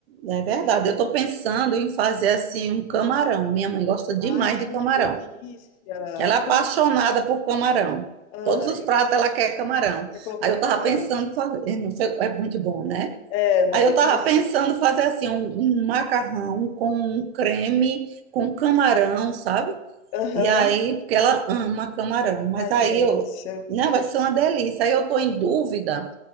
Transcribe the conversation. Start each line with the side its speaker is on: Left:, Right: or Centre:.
Right: É verdade,
Left: né?
Right: eu estou pensando em fazer assim um camarão. Minha mãe gosta demais
Left: Ah,
Right: de camarão.
Left: que delícia!
Right: Ela
Left: E
Right: é apaixonada
Left: como,
Right: por camarão.
Left: ah,
Right: Todos os pratos ela quer camarão.
Left: Quer colocar
Right: Aí eu
Left: camarão.
Right: tava pensando em fazer, eh, não sei, é muito bom, né?
Left: É uma
Right: Aí
Left: delícia.
Right: eu tava pensando em fazer assim um, um macarrão com um creme com camarão, sabe?
Left: Aham.
Right: E aí, porque ela ama camarão, mas
Left: Ai,
Right: aí
Left: que delícia.
Right: eu Não, vai ser uma delícia. Aí eu estou em dúvida,